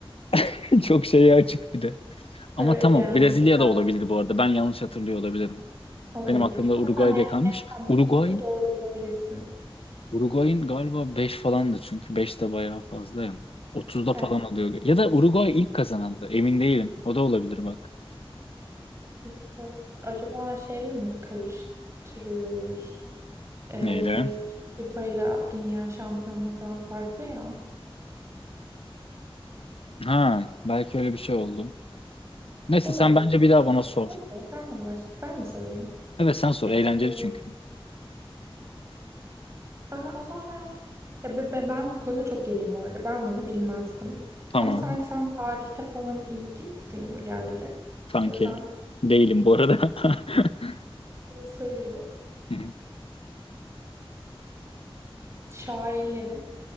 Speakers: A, on the left; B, on the right.
A: <laughs> Çok şeye açık bir de. Ama
B: Evet
A: tamam
B: yani
A: Brezilya
B: bakar
A: da olabilir bu arada. Ben yanlış hatırlıyor olabilirim.
B: olabilir.
A: Benim aklımda
B: Ama
A: Uruguay
B: sen eğer
A: diye kalmış.
B: netsem bu
A: Uruguay
B: konuda doğru olabilirsin.
A: Uruguay'ın galiba 5 falandı çünkü 5 de bayağı fazla ya. 30'da
B: Evet.
A: falan alıyor. Ya da Uruguay ilk kazanandı. Emin değilim. O da olabilir bak.
B: FIFA acaba şeyle mi karıştırıyoruz? Ee,
A: Neyle?
B: FIFA ile dünya şampiyonluğu falan farklı ya.
A: Ha, belki öyle bir şey oldu. Neyse
B: Olabilir.
A: sen bence bir daha bana sor.
B: Neyse, Sen bana başka ben mi sorayım?
A: Evet sen sor. Eğlenceli
B: Ee,
A: çünkü.
B: ben, o zaman biraz ya be- be- ben bu konuda çok geriyim bu arada. Ben bunu bilmezdim.
A: Tamam.
B: Ama sanki sen tarihte falan iyi gitsin gibi geldi.
A: Sanki.
B: O yüzden
A: Değilim bu arada. <laughs>
B: sorayım.
A: Hı hı.
B: şairlerin